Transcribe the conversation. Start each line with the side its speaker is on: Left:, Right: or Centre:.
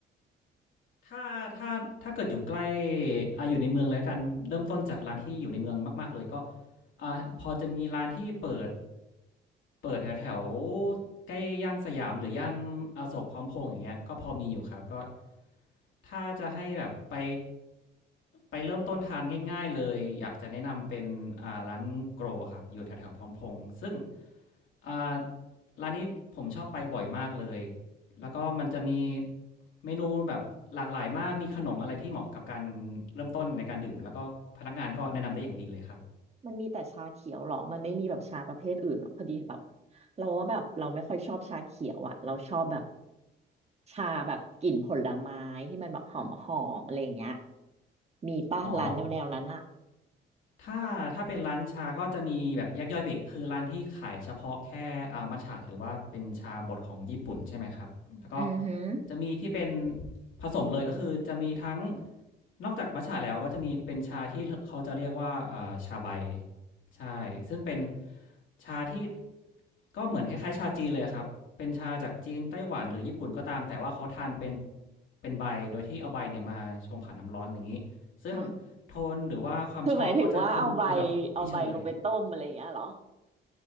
Left: ถ้าถ้าถ้าเกิดอยู่ใกล้อ่าอยู่ในเมืองเลยละกันเริ่มต้นจากร้านที่อยู่ในเมืองมากๆเลยก็อ่าพอจะมีร้านที่เปิดเปิดแถวแถวใกล้ย่านสยามหรือย่านอโศกพร้อมพงษ์อย่างเงี้ยก็พอมีอยู่ครับก็ถ้าจะให้แบบไปไปเริ่มต้นทานง่ายๆเลยอยากจะแนะนำเป็นอ่าร้านโกรครับอยู่แถวๆพร้อมพงษ์ซึ่งอ่าร้านนี้ผมชอบไปบ่อยมากเลย แล้วก็มันจะมีเมนูแบบหลากหลายมากมีขนมอะไรที่เหมาะกับการเริ่มต้นในการดื่มแล้วก็พนักงานก็แนะนำได้อย่างดีเลยครับ
Right: มันมีแต่ชาเขียวหรอมันไม่มีแบบชาประเภทอื่นหรอพอดีแบบเราว่าแบบเราไม่ค่อยชอบชาเขียวอ่ะเราชอบแบบ ชาแบบกลิ่นผลไม้ที่มันแบบหอมหอมอะไรอย่างเงี้ยมีป่ะร้านแนวแนวนั้นอะ
Left: อ๋อถ้าถ้าเป็นร้านชาก็จะมีแบบแยกย่อยเบรกคือร้านที่ขายเฉพาะแค่อามัชฉะหรือว่าเป็นชาบดของญี่ปุ่นใช่ไหมครับแล้วก็
Right: อือหือ
Left: จะมีที่เป็นผสมเลยก็คือจะมีทั้ง นอกจากมัตจะแล้วก็จะมีเป็นชาที่เขาจะเรียกว่าเอ่อชาใบใช่ซึ่งเป็นชาที่ก็เหมือนคล้ายๆชาจีนเลยครับเป็นชาจากจีนไต้หวันหรือญี่ปุ่นก็ตามแต่ว่าเขาทานเป็นเป็นใบโดยที่เอาใบเนี่ยมาชงผ่านน้ำร้อนอย่างนี้ซึ่ง
Right: ฮะ
Left: โทนหรือว่าความชอบก็จะขึ้นอยู่กับพี่เชอเลย
Right: คือหมายถึงว่าเอาใบเอาใบลงไปต้มอะไรอย่างเงี้ยเหรอ